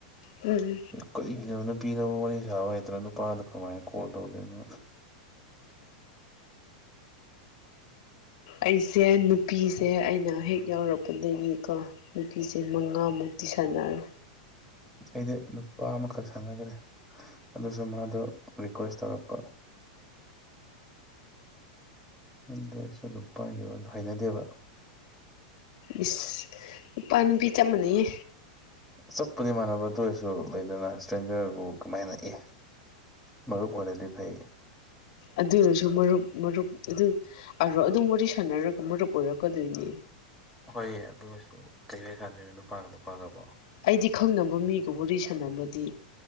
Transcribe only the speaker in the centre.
ꯀꯩꯒꯤꯅꫭ ꯅꯨꯄꯤꯗꯥꯕꯎ ꯋꯥꯔꯤ ꯁꯥꯕ ꯍꯩꯇ꯭ꯔ ꯅꯨꯄꯥꯗ ꯀꯃꯥꯏꯅ ꯀꯣꯜ ꯇꯧꯗꯣꯏꯅꯣ
ꯑꯩꯗꯤ ꯅꯨꯄꯥ ꯑꯃꯈꯛ ꯁꯥꯟꯅꯈꯒ꯭ꯔꯦ ꯑꯗꯨꯁꯨ ꯃꯥꯗꯣ ꯔꯤꯀ꯭ꯋꯦꯁ ꯇꯧꯔꯛꯄ ꯑꯗꯨ ꯑꯩꯁꯨ ꯅꯨꯄꯥꯒꯤ ꯋꯥꯗꫭ ꯍꯩꯅꯗꯦꯕ
ꯆꯞꯄꯨꯗꯤ ꯃꯥꯟꯅꯕ ꯑꯗꯨ ꯑꯣꯏꯔꯁꯨ ꯂꯩꯗꯅ ꯏꯁꯇ꯭ꯔꯦꯟꯖꯔꯕꯨ ꯀꯃꯥꯏꯅ ꯏꯏ ꯃꯔꯨꯞ ꯑꯣꯏꯔꯗꯤ ꯐꯩ
ꯍꯣꯏ ꯑꯗꯨ ꯑꯣꯏꯁꯨ ꯀꯩ ꯋꯥꯔꯤ ꯁꯥꯟꯅꯗꫭꯏꯅꫭ ꯅꯨꯄꯥꯒ ꯅꯨꯄꯥꯒꯕꯣ